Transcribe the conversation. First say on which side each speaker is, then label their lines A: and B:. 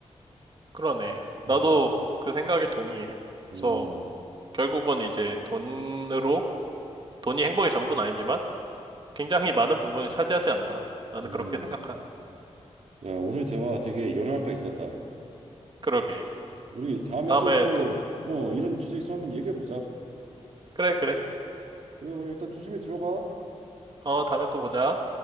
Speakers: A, on the right (about 45°); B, on the right (about 85°).
A: 그러네.
B: 음,
A: 나도 그 생각에 동의해.
B: 음,
A: 그래서 결국은 이제 돈으로, 돈이 행복의 전부는 아니지만 굉장히 많은 부분을 차지하지 않나. 나는
B: 음.
A: 그렇게 생각한.
B: 야, 오늘 대화 되게 영향가 있었다.
A: 그러게.
B: 우리 다음에도
A: 다음에
B: 또,
A: 또,
B: 어, 이런 주제 있으면 한번 얘기해 보자.
A: 그래, 그래.
B: 그래, 그래, 일단 조심히 들어가.
A: 어, 다음에 또 보자.